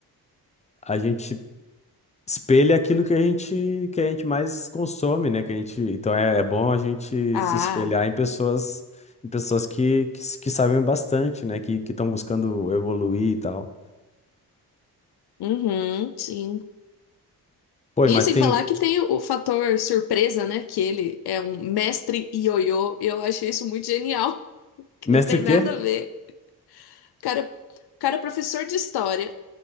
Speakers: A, on the left; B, on the left.
A: a gente espelha aquilo que a gente, que a gente mais consome, né? Que a gente, então é, é bom a gente
B: Ah,
A: se espelhar em pessoas, em pessoas que, que, s- que sabem bastante, né? Que que estão buscando evoluir e tal.
B: uhum, sim.
A: Pô,
B: E
A: mas
B: sem
A: tem
B: falar que tem o fator surpresa, né? Que ele é um mestre ioiô. E eu achei isso muito genial, <laughs> que
A: mestre
B: não tem
A: o
B: nada
A: quê?
B: a ver. O cara, é, o cara é professor de história,